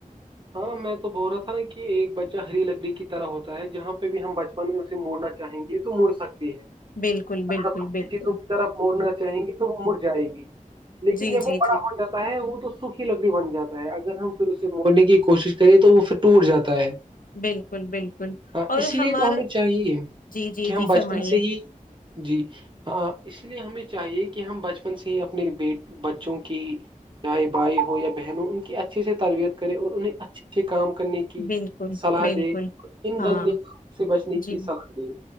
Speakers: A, on the right; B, on the left.
A: ہاں میں تو بول رہا تھا نا کہ ایک بچہ ہری لکڑی کی طرح ہوتا ہے جہاں پہ بھی ہم بچ پن میں اسے مڑنا چاہیں گے تو مڑ سکتی ہے
B: بالکل بالکل
A: آپ اچھی
B: بالکل
A: چیزوں کی طرف موڑنا چاہیں گی تو وہ مڑ جائے گی لیکن
B: جی
A: جب
B: جی
A: وہ بڑا
B: جی
A: ہو جاتا ہے وہ تو سوکھی لکڑی بن جاتا ہے اگر ہم پھر اسے مڑنے کی کوشش کریے تو وہ پھر ٹوٹ جاتا ہے
B: بالکل بالکل
A: ہ
B: اور
A: اسی لیے
B: ہمارا
A: تو ہمیں چاہیے
B: جی جی
A: کہ ہم
B: جی
A: بچپن
B: فرمائیے
A: سے ہی جی ہ اس لیے ہمیں چاہیے کہ ہم بچپن سے ہی اپنے بیٹ بچوں کی چاہے بھائی ہو یا بہن ہو ان کی اچھے سے تربیت کرے اور انہیں اچھے سے کام کرنے کی کی
B: بالکل
A: صلاح
B: بالکل
A: دے اور ان
B: ہاں
A: گندے کموں سے بچنے
B: جی
A: کی سختی